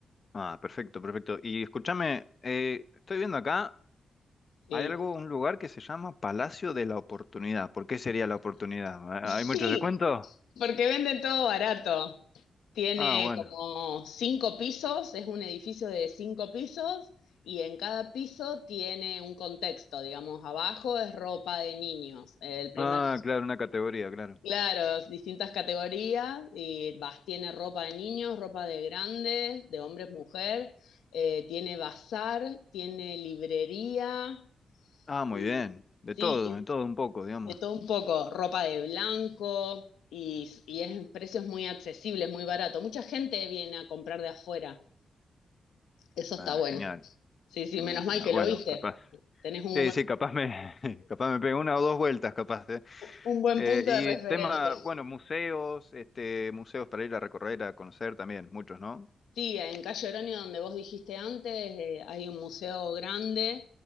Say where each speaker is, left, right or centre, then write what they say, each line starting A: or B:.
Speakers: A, on the left; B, on the left.
A: Ah, perfecto, perfecto. Y escúchame, eh, estoy viendo acá,
B: Sí.
A: hay algo, un lugar que se llama Palacio de la Oportunidad. ¿Por qué sería la oportunidad?
B: <laughs>
A: ¿Ah,
B: sí,
A: ¿Hay muchos descuentos?
B: porque venden todo barato. Tiene
A: Ah, bueno.
B: como cinco pisos, es un edificio de cinco pisos y en cada piso tiene un contexto, digamos, abajo es ropa de niños, el primer,
A: Ah, claro, una categoría, claro.
B: claro, distintas categorías y vas, tiene ropa de niños, ropa de grandes, de hombres, mujer, eh, tiene bazar, tiene librería,
A: Ah, muy
B: y,
A: bien. De
B: sí,
A: todo,
B: tiene
A: de todo un poco, digamos.
B: de todo un poco, ropa de blanco y, y es precios muy accesibles, muy barato. Mucha gente viene a comprar de afuera. Eso está
A: Ah,
B: bueno.
A: genial,
B: Sí, sí,
A: genial,
B: menos mal
A: genial.
B: que
A: Bueno,
B: lo viste.
A: capaz.
B: Tenés un
A: Sí, sí, capaz me, <laughs> capaz me pego una o dos vueltas, capaz. eh.
B: un buen
A: Eh,
B: punto
A: y
B: de referencia.
A: tema, bueno, museos, este, museos para ir a recorrer, a conocer también, muchos, ¿no?
B: Sí, en Calle Oroño, donde vos dijiste antes, eh, hay un museo grande.